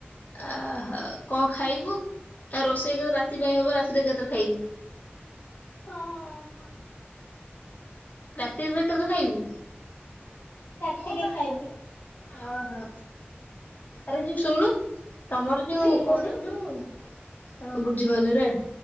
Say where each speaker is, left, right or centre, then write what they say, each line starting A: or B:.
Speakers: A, on the left; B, on the left.
A: ଆହୋ, କ ଖାଇବୁ? ନା ରୋଷେଇ ଏକାଥ ରାତି ପାଇଁ ହବ, ରାତିରେ ଏକାଥରେ ଖାଇବୁ।
B: ତଅ।
A: ରାତିରେ ଏକାଥରେ ଖାଇବୁ?
B: ରାତିରେ ଖାଇବି।
A: ଓହୋ, ଆର ଜି ଶୁଣୁନୁ। ତମର ଯୁ
B: ହୁଁ
A: କ
B: କହୁନୁ
A: କହିଲୁ? ହଁ ବୁଝିପାରୁନିରେ